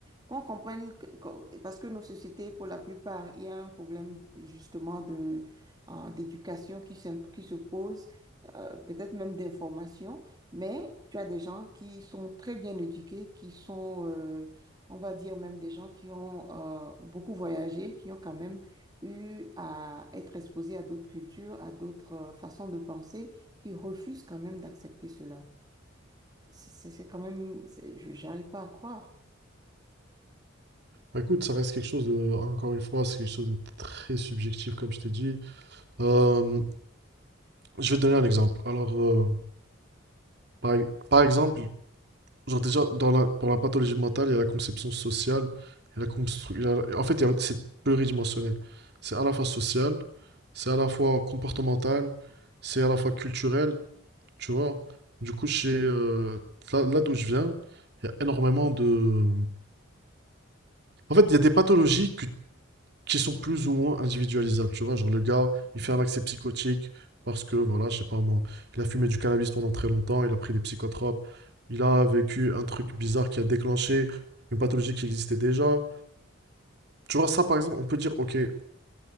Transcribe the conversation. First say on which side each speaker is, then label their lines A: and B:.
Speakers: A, on the right (about 20°); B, on the right (about 55°).
A: Qu'on comprenne, que- qu'on- parce que nos sociétés, pour la plupart, il y a un problème justement de, euh, d'éducation qui, s'im- qui se pose, euh, peut-être même d'information. Mais tu as des gens qui sont très bien éduqués, qui sont, euh, on va dire même des gens qui ont euh, beaucoup voyagé, qui ont quand même eu à être exposés à d'autres cultures, à d'autres euh, façons de penser, qui refusent quand même d'accepter cela. C'est c'est- c'est quand même, c'est- je n'arrive pas à croire.
B: Bah, Écoute, ça reste quelque chose de, encore une fois, c'est quelque chose de très subjectif, comme je t'ai dit. Euh, Je vais te donner un exemple. Alors, euh, par, par exemple, genre déjà, dans la, pour la pathologie mentale, il y a la conception sociale, il y a la constru- il y a- en fait, il y a- c'est pluridimensionnel. C'est à la fois social, c'est à la fois comportemental, c'est à la fois culturel, tu vois. Du coup, chez, euh, là, là d'où je viens, il y a énormément de... En fait, il y a des pathologies que qui sont plus ou moins individualisables, tu vois. Genre, le gars,
A: Mhm.
B: il fait un accès psychotique parce que, voilà, je sais pas moi, il a fumé du cannabis pendant très longtemps, il a pris des psychotropes, il a vécu un truc bizarre qui a déclenché une pathologie qui existait déjà. Tu vois, ça, par exemple, on peut dire, ok, c-